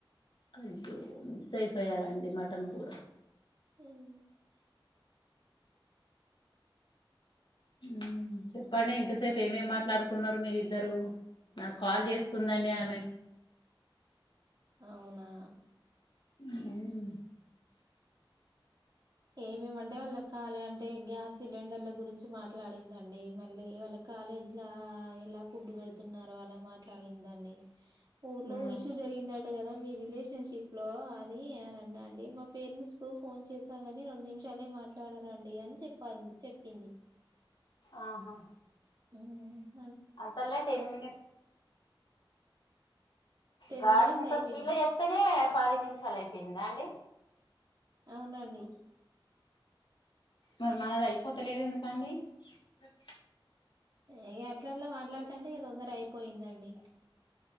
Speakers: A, on the left; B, on the right.
A: అయ్యో మిస్ అయిపోయారంండి మ మటన్ కూరా
B: మేం
A: ఉమ్ చెప్పండి ఇంతసేపు ఏమేం మాట్లాడుకు కొన్నారు మీరిద్దరు నాకు కాల్ చేస్తుందండి ఆమె
B: అవునా
A: మ్
B: ఏమేమంటే వాళ్ళ కాలేజ్ అంటే గ్యాస్ సిలిండర్ల గురించి మాట్లాడిందండి మళ్ళీ వాళ్ళ కాలేజీ లా ఎలా ఫుడ్ పెడుతున్నారో అలా మాట్లాడిందండి ఊర్లో
A: ఉ
B: ఇష్యూ జరిగిందండి కదా మీ రిలేషన్షిప్ లో అని ఆయన అన్నా అండి మా పేరెంట్స్ కు ఫోన్ చేసి గాని రెండు నిమిషాలే మాట్లాడారండి అని చెప్ప చెప్పింది
A: ఆహా
B: హ్మ్మ్
A: అంతలే టెన్ మినిట్స్
B: టెన్
A: గా
B: మినిట్స్
A: అంత
B: అయిపోయింది
A: స్పీడ్ లో చెప్తేనే పది నిమిషాలు అయిపోయిందా అండి
B: అవునండి
A: మరి మాదయిపోత్ ట్టలేదు ఎందుకండి స
B: ఇక అట్ల అట్లా మాట్లాడుతంటె ఇ తొందర అయిపోయిందండి